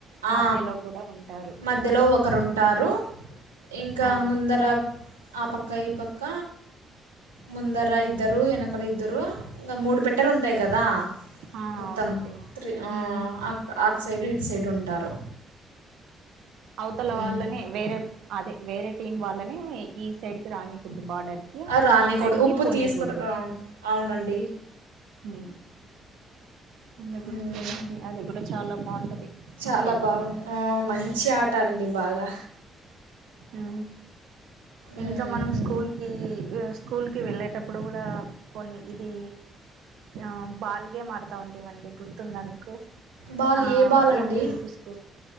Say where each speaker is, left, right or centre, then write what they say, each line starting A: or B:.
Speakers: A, on the right; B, on the right.
A: ఆ!
B: మధ్యలో కూడా ఉంటారు
A: మధ్యలో ఒకరుంటారు. ఇంకా
B: ఆ
A: ముందర ఆ పక్క ఈ పక్క ముందర ఇద్దరు ఏనకలు ఇద్దరు ఇంగ మూడు పెట్టెలు ఉంటాయి కదా
B: ఆ
A: మొత్తం
B: అవునండి
A: త్రి ఆ
B: ఉమ్
A: అక్- అటు సైడ్ ఇటు సైడ్ ఉంటారు
B: అవతల
A: హ్మ్.
B: వాళ్ళనే వేరే అదే వేరే టీం వాళ్ళని ఈ సైడ్ కి రానికూడదు బార్డర్ కి
A: రానికూడదు
B: ఆ సైడ్కి
A: ఉప్పు
B: పోనేకూడదు
A: తీసుకో ఆ, అవునండి
B: ఉ ఇందు గుర్తు
A: మ్మ్.
B: వెండి అవి కూడా చాలా బాగుంటది
A: చాలా
B: ఆ గేమ్
A: బాగుంది
B: కూడా
A: మంచి ఆట అండి బాగా
B: ఉ
A: మ్మ్.
B: ఇంకా మనం స్కూల్ కి య స్కూల్కి వెళ్ళేటప్పుడు కూడా కొన్ని ఇది ఆ బాల్ గేమ్ ఆడతా ఉంటేవండి గుర్తుందా మీకు
A: బాల్
B: ఆ
A: ఏ బాల్ అండి
B: ఎంపిియయుపి స్కూల్